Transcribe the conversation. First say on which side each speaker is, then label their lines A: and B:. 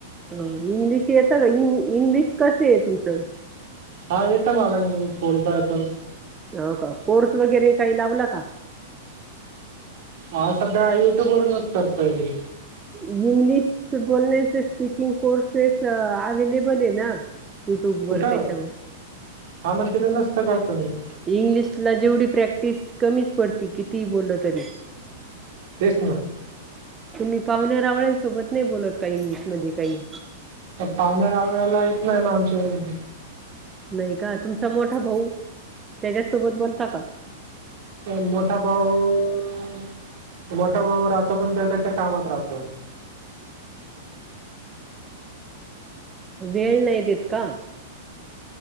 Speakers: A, on the right (about 20°); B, on the right (about 55°).
A: ह इंग्लिश येतं का, इंग्लिश कसे ए तुमचं?
B: हा येतं मला इंग्लिश बोलता येतं.
A: हो का,, कोर्स वगैरे काही लावला का?
B: हा सध्या युट्युबवरूनच करतोय मी.
A: इंग्लिश बोलण्याचे स्पीकिंग कोर्सेस अव्लेबल आहे ना. युट्यूब
B: कुठं,,
A: वर त्याच्यावर.
B: हा मग तिथं नसतं का तुम्ही?
A: इंग्लिशला जेवढी प्रॅक्टिस कमीच पडती, कितीही बोललं तरी.
B: तेच ना.
A: तुम्ही पाहुण्या रावळ्यांसोबत नाही बोलत का इंग्लिशमध्ये काही?
B: पावण्या रावळ्याला येत नाही ना आमच्या इंग्लिश.
A: नाही का,, तुमचा मोठा भाऊ,, त्याच्यासोबत बोलता का?
B: कोण मोठा भाऊ अ... मोठा भाऊ राहतो पण तो त्याच्या कामात राहतो.
A: वेळ नाही देत का?